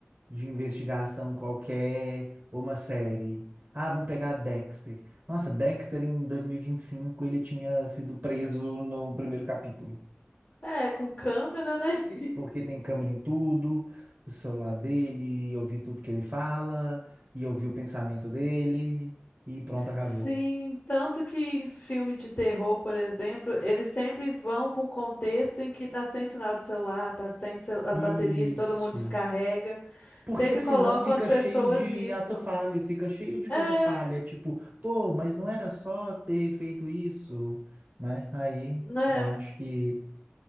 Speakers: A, on the right (about 45°); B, on the left (about 45°).
A: de investigação qualquer, ou uma série. Ah, vamos pegar Dexter. Nossa, Dexter em dois mil e e vinte e cinco ele tinha sido preso no primeiro capítulo,
B: É, com câmera, né? <laughs>
A: porque tem câmera em tudo, o celular dele, e ouvir tudo que ele fala, e ouvir o pensamento dele, e pronto, acabou.
B: Sim, tanto que em filme de terror, por exemplo, eles sempre vão para um contexto em que tá sem sinal de celular, tá sem cel- as
A: Isso.
B: baterias de todo mundo descarrega,
A: Porque
B: sempre
A: senão
B: colocam
A: fica
B: as pessoas
A: cheio de
B: nisso.
A: ato falho, fica cheio de
B: É,
A: coisa falha, tipo, pô, mas não era só ter feito isso, né? Aí
B: né?
A: eu acho que